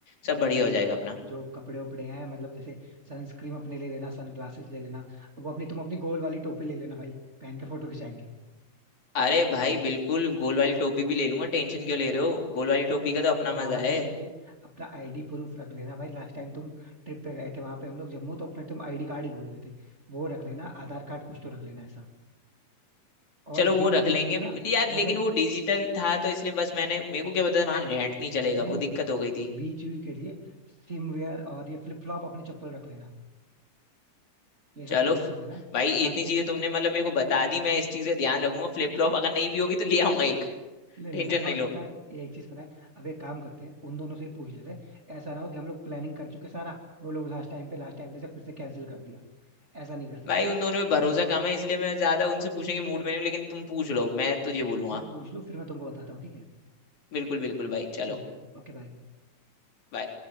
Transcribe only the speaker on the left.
सब
बढ़िया हो जाएगा अपना
अरे भाई बिल्कुल गोल वाली टोपी भी ले लूंगा टेंशन क्यों ले रहे हो गोल वाली
टोपी का तो अपना
मजा है
चलो वो
रख
लेंगे
but
यार
लेकिन वो डिजिटल था तो इसलिए बस मैंने मेरे को क्या पता था वहां नेट नहीं चलेगा
वो
दिक्कत हो गई थी
चलो
फ-
भाई
इतनी चीजें
तुमने मतलब मेरे को बता दी मैं इस चीज का ध्यान रखूंगा फ्लिप
फ्लॉप अगर नहीं भी होगी तो ले आऊंगा एक
टेंशन नहीं
लो
भाई उन दोनों पे भरोसा कम है इसलिए मैं ज्यादा उनसे पूछने के मूड में नहीं हूं, लेकिन तुम पूछ लो मैं तुझे बोलूंगा
बिल्कुल बिल्कुल भाई चलो
bye।